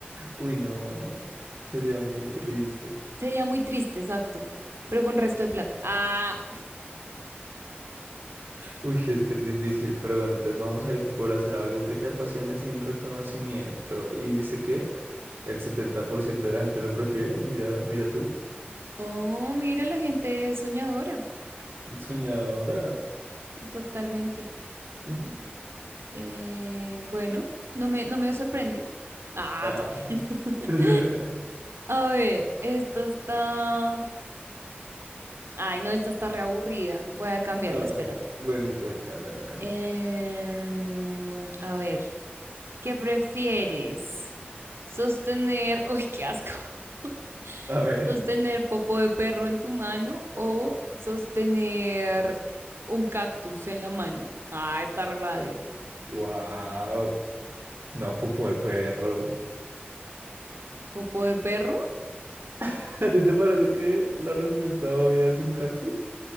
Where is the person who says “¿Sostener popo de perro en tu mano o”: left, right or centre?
Right